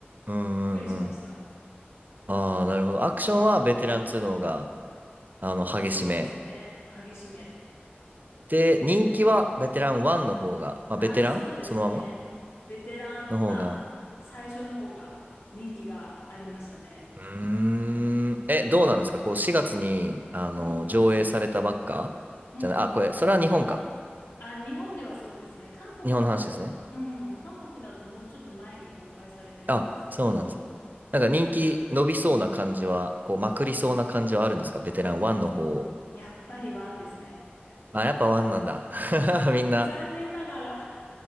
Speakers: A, on the right; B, on the left.
A: うんうんうん。
B: びっくりしました。
A: ああ、なるほど。アクションはベテラン2の方が、あの、激しめ。
B: そうですね。激しめ。
A: で、人気はベテラン1の方が、まあ、
B: ああ、
A: ベテランそのまま
B: そうですね。ベテラン、
A: の方が。
B: まあ、最初の方が人気がありましたね。
A: うーん。え、どうなんですかこう、4月に、あの、
B: うん。
A: 上映されたばっかじゃない、
B: うんうん。
A: あ、これ、それは日本か。
B: あ、日本ではそうですね。韓国だと、
A: 日本の話ですね。
B: うん、韓国だともうちょっと前に公開されてるんですけど、
A: あ、そうなんです。なんか人気伸びそうな感じは、こう、まくりそうな感じはあるんですかベテラン1の方。
B: やっぱりワンですね。
A: あ、やっぱ1なんだ。<laughs> みんな。
B: 残念ながら。